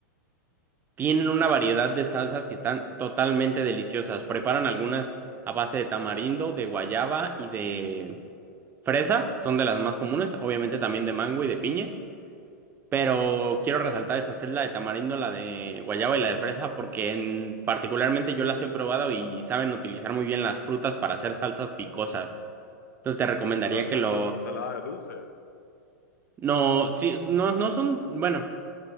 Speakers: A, on the right; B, on the left.
A: tienen una variedad de salsas que están totalmente deliciosas. Preparan algunas a base de tamarindo, de guayaba y de fresa, son de las más comunes, obviamente también de mango y de piña. Pero quiero resaltar esas tres, la de tamarindo, la de guayaba y la de fresa, porque en, particularmente yo las he probado y saben utilizar muy bien las frutas para hacer salsas picosas. Entonces te recomendaría
B: salsa
A: que lo...
B: sal- salada de dulce.
A: No, sí, no, no son... Bueno,